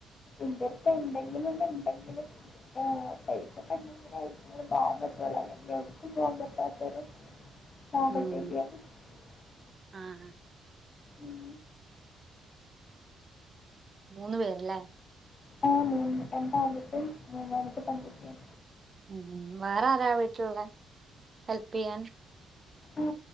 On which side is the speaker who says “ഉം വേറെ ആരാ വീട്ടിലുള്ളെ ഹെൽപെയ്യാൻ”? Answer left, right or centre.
Right